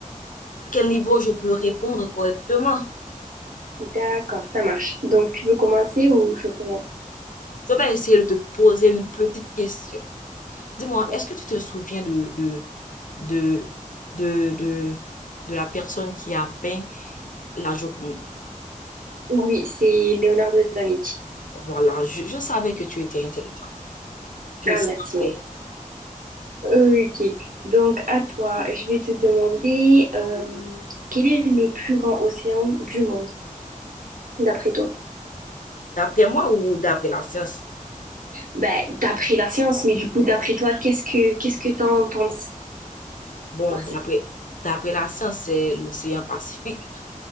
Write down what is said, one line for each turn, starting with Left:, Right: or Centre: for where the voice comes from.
Left: à quel niveau je peux répondre correctement.
Right: D'accord, ça marche. Donc tu veux commencer ou je commence?
Left: Je vais essayer de te poser une petite question. Dis-moi,
Right: Euh,
Left: est-ce que tu te souviens de, de, de, de, de, de la personne qui a peint la Joconde?
Right: Oui, c'est Leonardo da Vinci.
Left: Voilà, je, je savais que tu étais intelligent. Je
Right: Ah,
Left: le sentais.
Right: merci. Ok, donc à toi, je vais te demander euh, quel est le plus grand océan du monde, d'après toi?
Left: D'après moi ou d'après la science?
Right: Ben, d'après la science, mais du coup, d'après toi, qu'est-ce que qu'est-ce que t'en penses?
Left: Bon,
Right: Voir
Left: d'après
Right: si-
Left: d'après la science, c'est l'océan Pacifique.